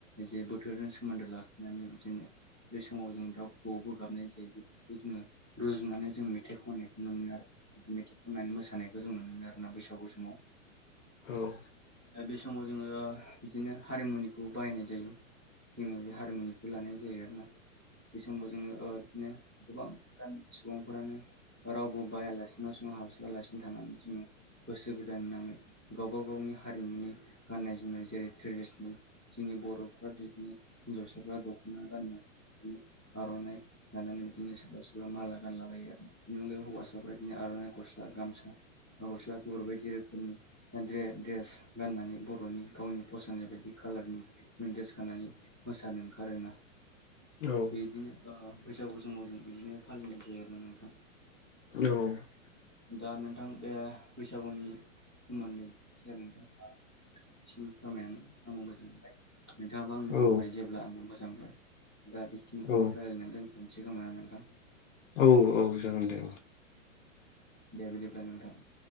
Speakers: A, in the centre; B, on the left.
A: जे बोथोरजों सोमोन्दो ला खिनानै बिदिनो बे समाव जों दाउ बो गाबनाय जायो बेफोरखौ जोङो रुजुनानै जों मेथाइ खननो नुनो मोनो आरो बिदि मेथाइ खननानै मोसानायखौ जों नुनो मोनो आरो ना बैसागु समाव
B: औ
A: बे समाव जोङो बिदिनो हारिमुनिखौ बाहायनाय जायो जोङो बे हारिमुनिखौ लानाय जायो आरोना बे समाव जोङो बिदिनो गोबां गा सुबुंफोरानो रावबो बायालासिनो जोङो हाबसोआलासिनो थानानै जोङो गोसो गोदाननानै गावबा गावनि हारिमुनि गाननाय जोमनाय जेरै ट्रेडिसनेल जोंनि बर'फ्रानो हिनजावसाफ्रा दख'ना गान बिदिनो आर'नाइ लानानै बिदिनो सोरबा सोरबा माला गानलाबायो आरो बिनि अनगै हौवासाफ्रा बिदि आर'नाइ गस्ला गामसा बा गस्ला गुफुर बायदि रोखोमनि दड्रेस गाननानै बर'नि गावनि फसायनाय बायदि खालारनि द्रेस गाननानै मोसानो ओंखारोना
B: औ
A: बेदिनो बैसागु समाव जों बिदिनो फालिनाय जायो आरोना नोंथां
B: औ
A: दा नोंथां बे बैसागोनि सोमोन्दै नोंथां <unintelligible> आंबो <unintelligible> मोजां मोनबाय नोंथाङाबो आंनो
B: औ
A: फोरमनाय जेब्ला आंबो मोजां दा बेखिनिखौनो
B: औ
A: रायजलायनानै दोन <unintelligible> <unintelligible>
B: औ औ जागोन दे
A: दे बिदिब्ला नोंथां